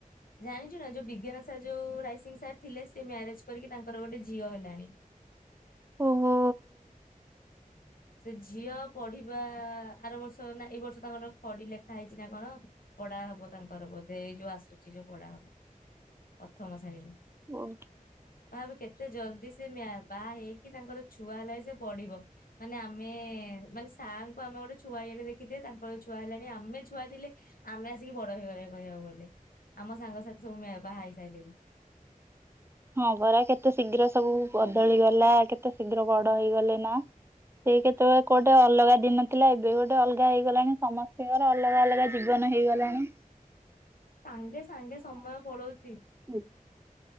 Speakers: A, on the left (about 80°); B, on the right (about 15°).
A: ଜାଣିଛୁ ନା ଯୋଉ ବିଜ୍ଞାନ ସାର୍ ଯୋଉ ରାଇସିଂ ସାର୍ ଥିଲେ ସେ ମ୍ୟାରେଜ କରିକି ତାଙ୍କର ଗୋଟେ ଝି ଝିଅ ହେଲାଣି।
B: ଓ ହୋ।
A: ସେ ଝିଅ ପଢିବା ଆର ବର୍ଷ ନା ଏଇ ବର୍ଷ ତାଙ୍କର ଖଡି ଲେଖା ହେଇଛି ନା କଣ ପଢା ହବ ତାଙ୍କର ବୋଧେ ଏଇ ଯୋଉ ଆସୁଛି ଯୋଉ ପଢା ହବ ପ୍ରଥମ ଶ୍ରେଣୀରୁ।
B: ଓହୋ
A: ଭାବେ କେତେ ଜଲଦି ସେ ମ୍ୟା ବାହା ହେଇକି ତାଙ୍କର। ଛୁଆ ହେଲାଇ ସେ ପଢିବ। ମାନେ ଆମେ ମାନେ ସାର୍ ଙ୍କୁ ଆମେ ଗୋଟେ ଛୁଆ ଇଏରେ ଦେଖିଥିବେ, ତାଙ୍କର ଛୁଆ ହେଲାଣି ଆମେ ଛୁଆ ଥିଲେ ଆମେ ଆସିକି ବଡ ହେଇଗଲେଣି କହିବାକୁ ଗଲେ। ଆମ ସାଙ୍ଗସାଥି ସବୁ ମ୍ୟା ବାହା ହେଇ ସାଇଲେଣି।
B: ହଁ ପରା କେତେ ଶୀଘ୍ର ସବୁ ବଦଳିଗଲା, କେତେ ଶୀଘ୍ର ବଡ ହେଇଗଲେ ନା, କିଏ କେତେବେଳେ କୋଉଟେ ଅଲଗା ଦିନ ଥିଲା ଏବେ ଗୋଟେ ଅଲଗା ହେଇଗଲାଣି ସମସ୍ତିଙ୍କର ଅଲଗା ଅଲଗା ଜୀବନ ହେଇଗଲାଣି।
A: ସାଙ୍ଗେ ସାଙ୍ଗେ ସମୟ ପଳଉଚି।
B: ହଁ